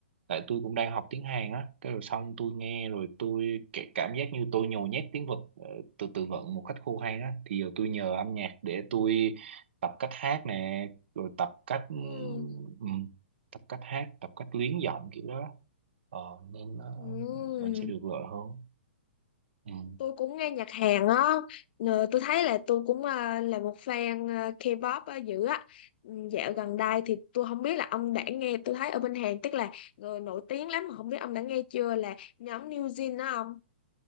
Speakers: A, on the right; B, on the left.
A: tại tôi cũng đang học tiếng Hàn á cái rồi xong tôi nghe rồi tôi cái cảm giác như tôi nhồi nhét tiếng Việt ờ, từ từ vựng một cách khô hay á thì giờ tôi nhờ âm nhạc để tôi tập cách hát nè rồi tập cách
B: Ừ.
A: ừm, tập cách hát tập cách luyến giọng kiểu đó ờ, nên ờ,
B: Ừ.
A: mình sẽ được lợi hơn ừ.
B: Tôi cũng nghe nhạc Hàn á, Ờ, tôi thấy là tôi cũng à, là một fan à, K-pop á, dữ á. Ừ, Dạo gần đây thì tôi không biết là ông đã nghe, tôi thấy ở bên Hàn tức là người nổi tiếng lắm mà không biết ông đã nghe chưa là nhóm New Jeans đó ông.